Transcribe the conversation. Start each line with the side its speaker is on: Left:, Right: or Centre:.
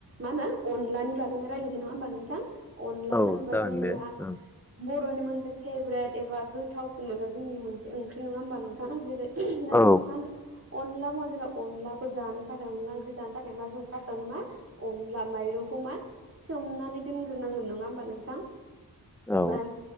Right: माहोनो अनलानि बागैनो रायलायसै नङा होमबा नोंथां। अनला
Centre: औ
Right: होनोबा
Centre: जागोन
Right: जोंनिया
Centre: दे ओं
Right: ब र'नि मोनसे फेभरेट एबा गोथावसिन मोनग्रा जोंनि मोनसे ओंख्रि नङा होमबा नोंथां। जेरै दा जों
Centre: औ
Right: मा होनो अनला मुङा जोंना अनलाखौ जानो थाखाय अनला ओंख्रि जानो थाखाय मा जों फार्स्टआवनो मा अनला माइरंखौ मा सोमनानै दोनग्रोनांगोन नङा होमबा नोंथां।
Centre: औ
Right: मान